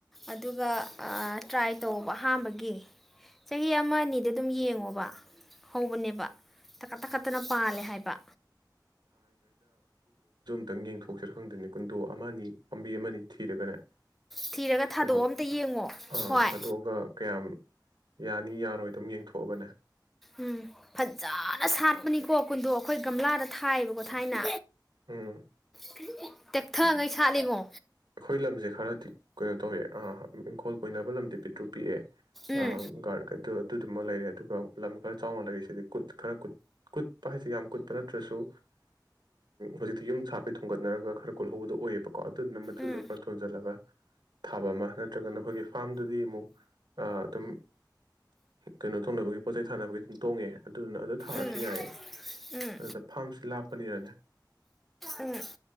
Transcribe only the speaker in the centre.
ꯑꯗꯨꯒ ꯇ꯭ꯔꯥꯏ ꯇꯧꯕ ꯑꯍꯥꯝꯕꯒꯤ ꯆꯍꯤ ꯑꯃ ꯑꯅꯤꯗ ꯑꯗꯨꯝ ꯌꯦꯡꯉꯣꯕ ꯍꯧꯕꯅꯦꯕ ꯇꯀꯠ ꯇꯛꯀꯠꯇꯅ ꯄꯥꯜꯂꯦ ꯍꯥꯏꯕ
ꯊꯤꯔꯒ
ꯊꯥꯗꯣꯛꯑ ꯑꯝꯇ ꯌꯦꯡꯉꯣ
ꯍꯣꯏ
ꯎꯝ ꯐꯖꯅ ꯁꯥꯠꯄꯅꯤꯀꯣ ꯀꯨꯟꯗꯣꯛ ꯑꯩꯈꯣꯏ ꯒꯝꯂꯥꯗ ꯊꯥꯏꯑꯕꯀꯣ ꯊꯥꯏꯅ
ꯀ꯭ꯔꯤꯔꯤ ꯇꯦꯛꯊꯉꯩ ꯁꯥꯠꯂꯤꯉꯣ
ꯎꯝ
ꯎꯝ
ꯎꯝ
ꯎꯝ
ꯎꯝ